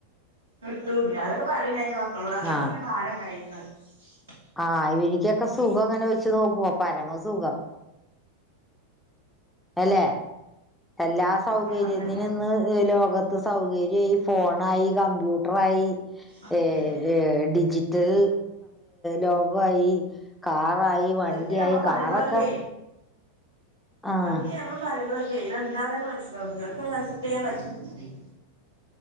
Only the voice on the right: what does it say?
<unintelligible> <unintelligible>
<inaudible>
ആഹ് അങ്ങനെ
അങ്ങനെ
അവർക്ക്
നമ്മൾ പറയുമ്പോഴൊക്കെ
അവർക്ക് ഞമ്മള് പറയുമ്പള് ഇതെന്താന്ന് തന്നെ മനസ്സിലാവണില്ല ഇവർക്ക് അസെപ്റ്റ് ചെയ്യാൻ പറ്റണില്ല